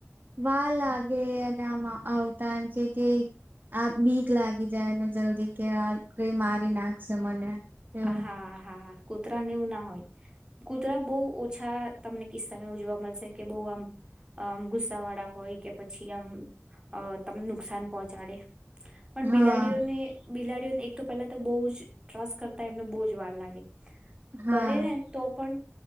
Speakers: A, on the right; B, on the right.
A: વાર લાગે આવતા એમ કે કે આપ બીક લાગી જાય ને જલદી કે કઈ મારી નાખશે મને એવું
B: હા હા કૂતરા એવું ના હોય કૂતરા બહુ ઓછા તમને કિસ્સા ઉજવા મળશે કે બોહ આમ આમ ગુસ્સા વાળા હોય કે પછી આમ તમને નુકસાન પહોંચાડે પણ
A: હા
B: બિલાડીઓને બિલાડીઓને એક તો પેલા ટ્રસ્ટ કરતા એમને બો જ વાર લાગે
A: હા
B: કરે ને તો પણ